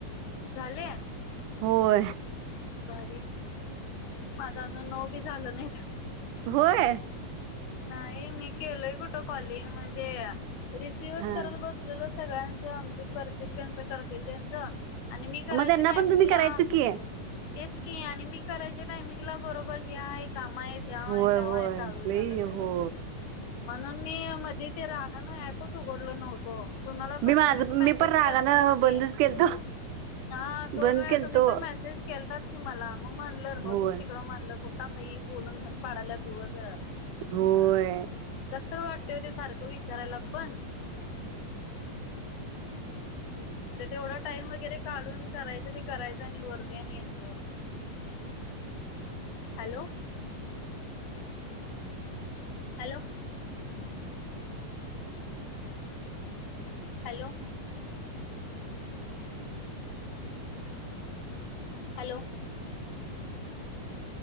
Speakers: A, on the left; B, on the right.
A: झालंय.
B: होय.
A: भारीय. माझ अजून नऊ बी झालं नाहीत.
B: होय.
A: नाही, मी केलोय कुठं कॉलिंग, म्हणजे रिसिव्हच
B: हा
A: करत बसलेलो सगळ्यांचं म्हणजे, करतील त्यांचं, करतील त्यांचं. आणि मी करायच्या
B: मग त्यांना
A: टाइमिंगला
B: पण तुम्ही करायचं की
A: तेच की, आणि मी करायच्या टायमिंगला बरोबर हे आहे, काम आहेत, ह्याव
B: होय
A: आहे, त्याव
B: होय
A: आहे. चालू झालंच.
B: लई हो
A: म्हणून मी मध्ये ते रागान अँपच उघडलो नव्हतो. तुम्हाला
B: मी
A: पण
B: माझ
A: तुम्ही पण मेसेज
B: मी रागानं
A: करतास
B: बंदच
A: की.
B: केलतो
A: हा, दोन
B: बंद
A: वेळा
B: केलतो
A: तुम्ही पण मेसेज केलताच कि मला मग म्हणलं राहुदेत
B: होय
A: तिकडं म्हणलं कुठं आता ही बोलून धन पाडाल्यात उगच
B: होय.
A: कसं तर वाटतेय सारखं विचारायला पण आणि तेवढा टाइम वगैरे काढून करायचं ते करायचं आणि वरते आणि यांचं
B: <inaudible>
A: hello. Hello. Hello. Hello.